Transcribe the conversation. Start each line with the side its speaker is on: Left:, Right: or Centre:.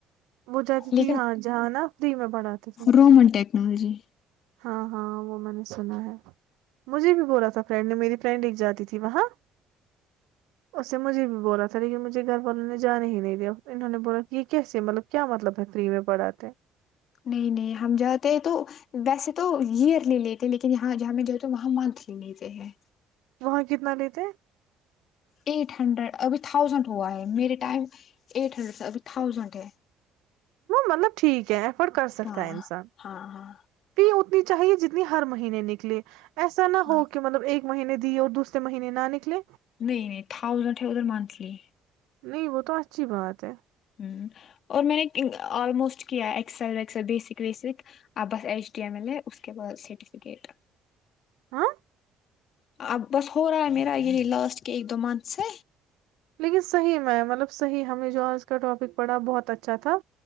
Right: وہ جاتی تھی
Left: لیکن
Right: یہاں جہاں نا فری میں پڑھاتے تھے
Left: رومن ٹیکنالوجی
Right: ہاں ہاں وہ میں نے سنا ہے مجھے بھی بولا تھا فرینڈ نے میری فرینڈ ایک جاتی تھی وہاں اس سے مجھے بھی بولا تھا لیکن مجھے گھر والوں نے جانا ہی نہیں دیا انہوں نے بولا کہ یہ کیسے مطلب کیا مطلب بہتری میں پڑاتے
Left: نہیں نہیں ہم جاتے تو ویسے تو ایئرلی لیتے لیکن یہاں ہمیں جاتے وہاں منتھلی لیتے ہیں
Right: وہاں کتنا لیتے
Left: ایٹ ہنڈریڈ ابھی تھاؤزینڈ ہوا ہے میرے ٹائم ایٹ ہنڈریڈ ابھی تھاؤزینڈ ہے
Right: مطلب ٹھیک ہے ف کر سکتا
Left: ہاں
Right: ہے انسان
Left: ہاں ہاں
Right: فی اتنی چاہیے جتنی ہر مہینے نکل لے ایسا نہ
Left: ہاں
Right: ہو کہ مطلب ایک مہینے دی اور دوسرے مہینے نہ نکلے
Left: نہیں نہیں تھاؤزنڈ ہے ادھر منتھلی
Right: نہیں وہ تو اچھی بات ہے
Left: ہ اور میں نے آلموسٹ کیا ایکسل وسل بیسک ویسک ا بس ایچ ڈی ایم ایل ہے اس کے بعد سرٹیفکیٹ
Right: ہاں
Left: اب بس ہو رہا ہے میرا یہی لاسٹ کے ایک دو منتھ سے
Right: لیکن صحیح میں مطلب صحیح ہمیں جو آج کا ٹاپک پڑھا بہت اچھا تھا